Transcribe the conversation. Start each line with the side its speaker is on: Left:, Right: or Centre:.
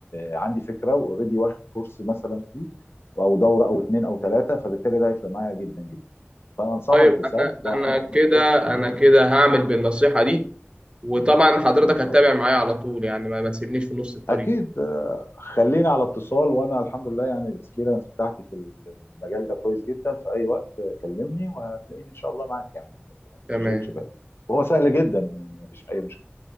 Left: عندي فكره واوريدي واخد كورس مثلا فيه او دوره او اتنين او تلاته فبالتالي ده هيفرق معايا جدا جدا فانا انصحك
Right: طيب
Left: بساب
Right: انا
Left: ده
Right: انا
Left: حاجه مهمه
Right: كده
Left: جدا
Right: انا كده هعمل بالنصيحه دي وطبعا حضرتك
Left: ان شاء
Right: هتتابع
Left: الله
Right: معايا على طول يعني ما ما تسيبنيش في نص الطريق
Left: اكيد آه، خليني على اتصال وانا الحمد لله يعني الاكسبيرينس بتاعتي في المجال ده كويس جدا في اي وقت كلمني وهتلاقيني ان شاء الله معاك يعني ما
Right: تمام
Left: تشغلش بالك وهو سهل جدا يعني مفيش اي مشكله